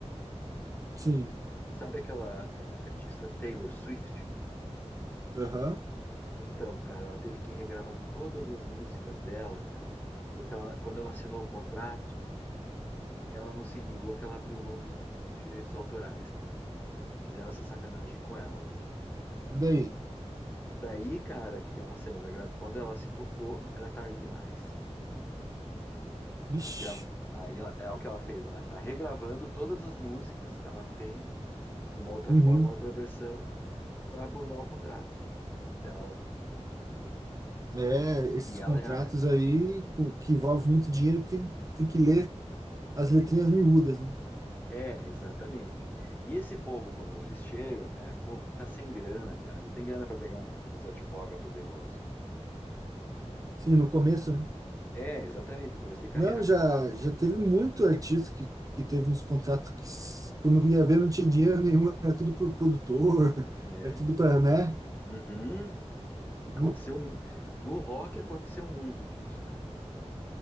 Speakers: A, on the right; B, on the left.
A: Sim.
B: Sabe aquela é, artista Taylor Swift?
A: Aham.
B: Então, cara, ela teve que regravar todas as músicas dela, cara, porque ela- quando ela assinou o contrato, ela não se ligou que ela abriu mão dos, dos- dos direitos autorais, cara. Fizeram essa sacanagem com ela.
A: E daí?
B: Daí, cara, que ela saiu da gravação, quando ela se tocou, era tarde demais.
A: Vixe.
B: A gra- Aí ela- é o que ela fez, ela tá regravando todas as músicas que ela tem, de uma outra
A: Uhum.
B: forma, outra versão, para burlar o contrato dela.
A: É, esses
B: E ela
A: contratos
B: é,
A: aí com- que envolvem muito dinheiro tem, tem que ler as letrinhas miúdas, né?
B: É, exatamente. E esse povo, quando eles chegam, cara, é um povo que tá sem grana, cara. Não tem grana para pegar um- uns advoga poderoso.
A: Sim, no começo, né?
B: É, exatamente. Começo de carreira,
A: Não,
B: cara.
A: já, já teve muito artista que, que teve uns contratos que, s- quando ia ver, não tinha dinheiro <laughs> nenhum, era tudo pro produtor,
B: É.
A: era tudo para né?
B: Uhum. Aconteceu
A: Hum,
B: um- no rock aconteceu muito disso, cara.